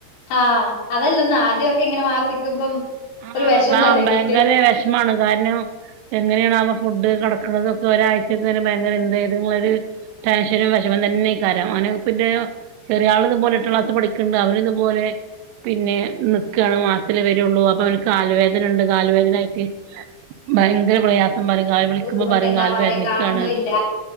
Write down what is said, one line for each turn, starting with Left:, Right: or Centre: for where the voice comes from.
Left: ആ അതല്ലന്ന് ആദ്യോക്കെ ഇങ്ങനെ മാറി നിക്കുമ്പം.
Right: ആ
Left: ഒരു വിഷമല്ലേ
Right: അ ഭയങ്കര
Left: വീട്ടിൽ
Right: വിഷമാണ്. കാരണം എങ്ങനെയണാവോ ഫുഡ് കടക്കണതൊക്കെ ഒരാഴ്ചതെ ഭയങ്കര എന്ത ഇത് പൊലെ ടെനഷനും വിഷമം തന്നെയ്ക്കാരം പ്ന് പിന്നെ ചെറിയ ആള് ഇതു പോലെ എട്ടാ ക്ലാസ്സി പഠിക്കണ്ട് അവനിത് പോലെ പിന്നെ നിക്കാണ്. മാസത്തില വരുള്ളൂ. അപ്പൊ അവന് കാല് വേദന ണ്ട്. കാല് വേദന ആയിട്ട്
Left: ഉം
Right: ഭയങ്കര പ്രയാസം പറയും. കാല് വിളിക്കുമ്പോ
Left: ബുദ്ധിമുട്ടുണ്ടാവും
Right: പറയും. കാല്
Left: ആരെയും
Right: വേദനിക്കാണ്
Left: കാണുന്നുമില്ല